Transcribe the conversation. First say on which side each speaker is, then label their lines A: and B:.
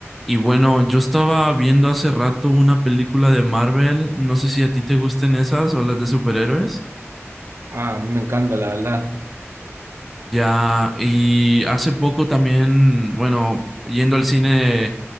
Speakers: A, in the centre; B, on the right.
A: Y bueno, yo estaba viendo hace rato una película de Marvel, no sé si a ti te gusten esas o las de superhéroes.
B: Ah, a mí me encanta, la verdad.
A: Ya, y hace poco también, bueno, yendo al cine,